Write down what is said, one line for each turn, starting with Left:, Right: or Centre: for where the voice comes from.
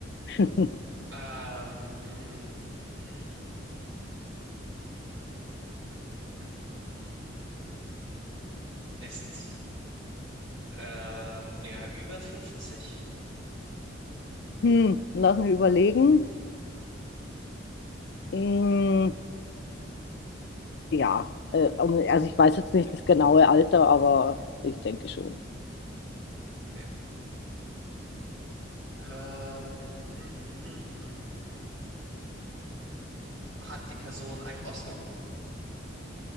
Left: <laughs>
Right: Ähm, hm, hm, hm, hm. ein Mann. Ist ähm, er über 50?
Left: Hm, lass mich überlegen. Mm, ja, äh, um, also ich weiß jetzt nicht das genaue Alter, aber ich denke schon.
Right: Okay. Ähm, hm, hm, hm, hm, hm, hm. hm, hm. Hat die Person einen Oscar gewonnen?